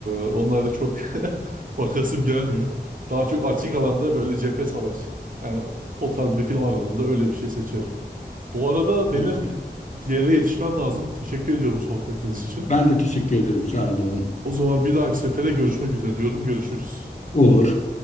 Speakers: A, on the right; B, on the left.
A: onlarda çok <laughs> bakasım gelmiyor. Daha çok açık alanda böyle cephe savaşı. Yani o, o tarz bir film aradığımda öyle bir şey seçerim. Bu arada benim
B: Evet, evet.
A: bir yere yetişmem lazım. Teşekkür ediyorum sohbetiniz için.
B: Ben de teşekkür ederim. Sağ olun.
A: O zaman bir dahaki sefere görüşmek üzere diyorum. Görüşürüz.
B: Olur.